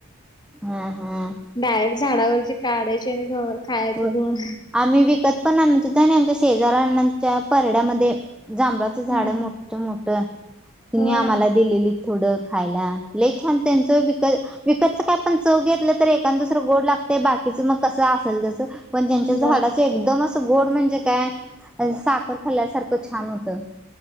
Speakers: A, in the centre; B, on the left (about 20°).
A: हम् हम्.
B: डायरेक्ट झाडावरची काढायची आणि घवखायच
A: हो.
B: धुन,
A: आम्ही विकत पण अ आणि आमच्या शेजारऱनाच्या परड्यामध्ये जांभळाचं झाड
B: हं
A: मोठत मोठ तिने
B: होय
A: आम्हाला दिलेली. थोडं खायला ल छान त्यांचं विक विकतच काय आपण चव घेतलं एख दुसर गोड लागत. ते बाकीच मग कसं असेल त्यास पण त्यांच्याच
B: होय
A: झाडाच एकदमच, गोड म्हणजे काय साखर खाल्ल्यासारखं छान होतं.